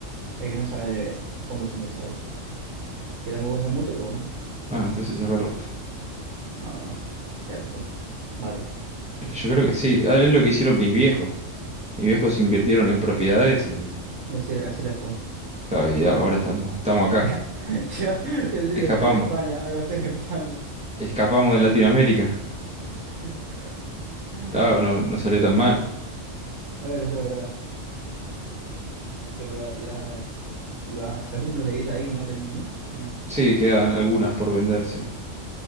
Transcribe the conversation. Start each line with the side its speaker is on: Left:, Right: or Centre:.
Right: el que no sabe de fondos indexados. Que tampoco sé mucho, pero bueno.
Centre: Ah, entonces cerrar el orto.
Right: No, no, no. Fíjate tú. Vale.
Centre: Es que yo creo que sí, ah, es lo que hicieron mis viejos. Mis viejos invirtieron en propiedades y,
Right: Y así, así le fue.
Centre: claro, y ahora estamos, estamos acá.
Right: <laughs> Y así
Centre: Escapamos.
Right: le fue en España, a gastar en España.
Centre: Escapamos de Latinoamérica.
Right: <laughs> A
Centre: Claro, no, no salió tan mal.
Right: ver, eso es verdad. Pero la- las, las casas las seguís ahí, ¿no? Teniendo, ¿o no?
Centre: Sí, quedan algunas por venderse,